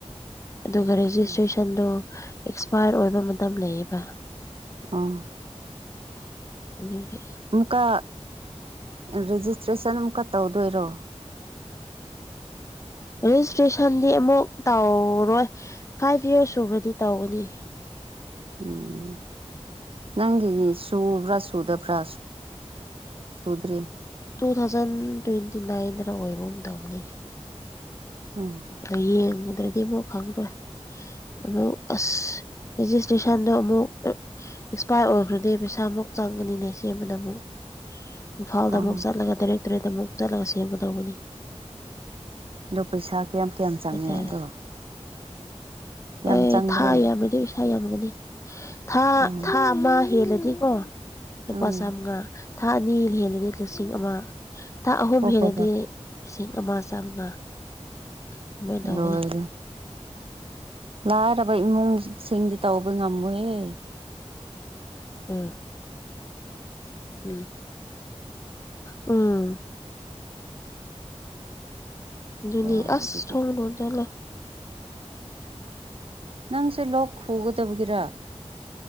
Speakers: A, on the left (about 25°); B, on the right (about 55°).
A: ꯑꯗꯨꯒ ꯔꯦꯖꯤꯁꯇ꯭ꯔꯦꯁꯟꯗꯨ
B: ꯑꯣ
A: ꯑꯦꯛꯁꯄꯥꯔ ꯑꯣꯏꯕ ꯃꯇꯝ ꯂꯩꯌꯦꯕ
B: ꯑꯥ
A: ꯑꯗꯨꯗꯒꯤ
B: ꯑꯃꯨꯛꯀ ꯔꯦꯖꯤꯁꯇ꯭ꯔꯦꯁꯟ ꯑꯃꯨꯛꯀ ꯇꯧꯗꯣꯏꯔꯣ
A: ꯔꯦꯖꯤꯁꯇ꯭ꯔꯦꯁꯟꯗꯤ ꯑꯃꯨꯛ ꯇꯧꯔꯣꯏ ꯐꯥꯏꯚ ꯌꯔꯁ ꯁꯨꯕ꯭ꯔꯗꯤ ꯇꯧꯒꯅꯤ
B: ꯎꯝ ꯅꯪꯒꯤ ꯁꯨꯕ꯭ꯔꯥ ꯁꯨꯗꯕ꯭ꯔꯥ ꯁꯨꯗ꯭ꯔꯤ
A: ꯇꯨ ꯊꯥꯎꯖꯟ ꯇ꯭ꯋꯦꯟꯇꯤ ꯅꯥꯏꯟꯗ ꯑꯣꯏꯕꯒ ꯇꯧꯕꯅꯤ
B: ꯑꯥ
A: ꯑ ꯌꯦꯡꯉꯨꯗ꯭ꯔꯗꯤ ꯑꯃꯨꯛ ꯈꯪꯔꯣꯏ ꯑꯃꯛ ꯑꯁ ꯐꯤꯖꯤꯛꯁ ꯇꯌꯨꯁꯟꯗ ꯑꯃꯨꯛ ꯑꯦꯛꯁꯄꯥꯥꯏꯔ ꯑꯣꯏꯈ꯭ꯔꯗꯤ ꯄꯩꯁꯥꯃꯨꯛ ꯆꯪꯒꯅꯤꯅꯦ ꯁꯦꯝꯕꯗ ꯑꯃꯨꯛ ꯏꯝꯐꯥꯜꯗ
B: ꯑꯣ
A: ꯑꯃꯨꯛ ꯆꯠꯂꯒ ꯇꯔꯦꯠ ꯇꯔꯦꯠꯇ ꯑꯃꯨꯛ ꯆꯠꯂꯒ ꯁꯦꯝꯒꯗꯧꯕꯅꯤ
B: ꯑꯗꯣ ꯄꯩꯁꯥ ꯀꯌꯥꯝ ꯀꯌꯥꯝ ꯆꯪꯉꯦ
A: ꯅꯠꯇ꯭ꯔꯗꯤ
B: ꯑꯗꯣ ꯌꯥꯝ
A: ꯑꯦ
B: ꯆꯪꯕ꯭ꯔꯣ
A: ꯊꯥ ꯌꯥꯝ꯭ꯔꯗꯤꯁꯥ ꯌꯥꯝꯃꯒꯅꯤ ꯊꯥ
B: ꯑꯣ
A: ꯊꯥ ꯑꯃ ꯍꯦꯜꯂꯗꯤꯀꯣ ꯂꯨꯄꯥ
B: ꯎꯝ
A: ꯆꯥꯝꯃꯉꯥ ꯊꯥ ꯑꯅꯤ ꯍꯦꯜꯂꯗꯤ ꯂꯤꯁꯤꯡ ꯑꯃ ꯊꯥ ꯑꯍꯨꯝ
B: ꯍꯣ
A: ꯍꯦꯜꯂꯗꯤ
B: ꯍꯣ ꯍꯣꯏ
A: ꯂꯤꯁꯤꯡ ꯑꯃ ꯆꯥꯝꯃꯉꯥ <unintelligible>
B: ꯂꯣꯏꯔꯦ ꯂꯥꯏꯔꯕ ꯏꯃꯨꯡꯁꯤꯡꯗꯤ ꯇꯧꯕ ꯉꯝꯃꯣꯏꯍꯦ
A: ꯎꯝ ꯎꯝ ꯎꯝ ꯑꯗꯨꯅꯤ
B: ꯀꯗꯥꯏꯗꯒꯤ
A: ꯑꯁ ꯊꯣꯡꯅꯍꯖꯂꯣ
B: ꯅꯪꯁꯦ ꯂꯣꯛ ꯈꯨꯒꯗꯕꯒꯤꯔ